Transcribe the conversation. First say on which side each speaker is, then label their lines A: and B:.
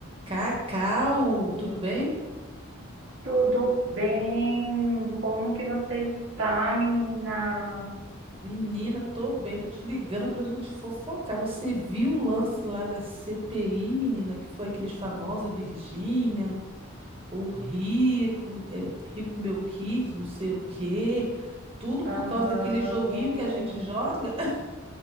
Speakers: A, on the right; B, on the right.
A: Cacau, tudo bem?
B: Tudo bem? Como que você está, menina?
A: Menina, tô bem, tô te ligando pra gente fofocar. Você viu o lance lá da CPI, menina, que foi aqueles famosos, a Virgínia, o Rico, é, Rico Meu Kid, não sei o quê. Tudo por
B: Aham.
A: causa daquele joguinho que a gente joga. <laughs>